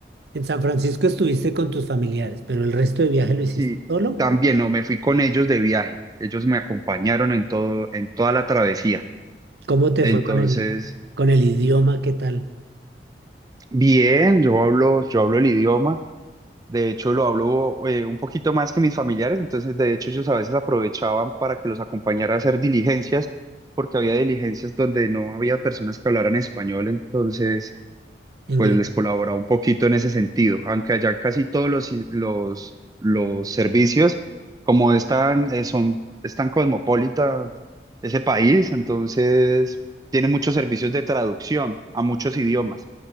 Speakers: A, on the right; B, on the right.
A: En San Francisco estuviste con tus familiares, pero el resto de viaje lo hiciste
B: Sí,
A: solo.
B: también no, me fui con ellos de viaje, ellos me acompañaron en todo, en toda la travesía.
A: ¿Cómo te
B: Entonces...
A: fue con el, con el idioma? ¿Qué tal?
B: Bien, yo hablo, yo hablo el idioma, de hecho lo hablo eh, un poquito más que mis familiares, entonces de hecho ellos a veces aprovechaban para que los acompañara a hacer diligencias, porque había diligencias donde no había personas que hablaran español, entonces
A: Inglés.
B: pues les colaboraba un poquito en ese sentido, aunque allá casi todos los, i- los, los servicios, como están, eh, son, están cosmopolita ese país, entonces tienen muchos servicios de traducción a muchos idiomas